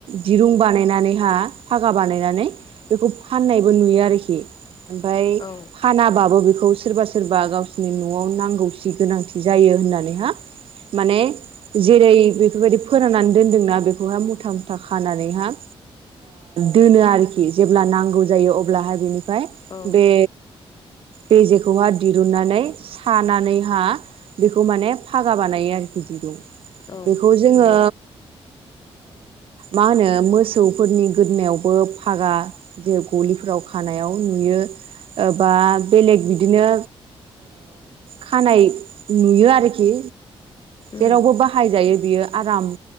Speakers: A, on the right; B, on the left.
A: दिरुं बानायनानैहा फागा बानायनानै बेखौ फाननायबो नुयो आरोखि ओमफफ्राय
B: औ
A: फानाबाबो बेखौ सोरबा सोरबा गावसिोरनि न'आव नांगौसि गोनांथि जायो होननानैहा माने जेरै बेफोरबायाददि फोराननानै दोनदोंना बेखौहाय मुथा मुथा खानानैहााय दोनो आरोखि जेब्ला नांगौ जायो अब्लाहाय बेनिफ्राय
B: औ
A: बे बेजेखौहा दिरुननानै सानानैहा बेखौ माने फागा बानायो आरोखि दिरुं
B: औ
A: बेखौ जोङो
B: नंगौ
A: मा होनो मोसौफोरनि गोदोनायावबो फागा जे गलिफोराव खानायाव नुयोबा बेलेग बिदिनो खानाय नुयो आरोखि
B: उम
A: जेरावबो बाहायजायो बेयो आराम